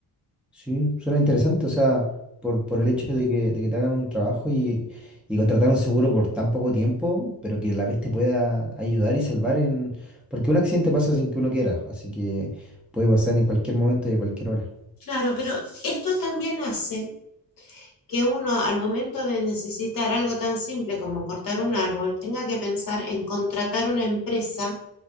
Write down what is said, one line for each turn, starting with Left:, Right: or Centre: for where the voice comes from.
Centre: Sí, suena interesante, o sea, por, por el hecho de que, de que te hagan un trabajo y, y contratar un seguro por tan poco tiempo, pero que a la vez te pueda ayudar y salvar en... Porque un accidente pasa sin que uno quiera, así que puede pasar en cualquier momento y a cualquier hora.
Left: Claro, pero esto también hace que uno al momento de necesitar algo tan simple como cortar un árbol, tenga que pensar en contratar una empresa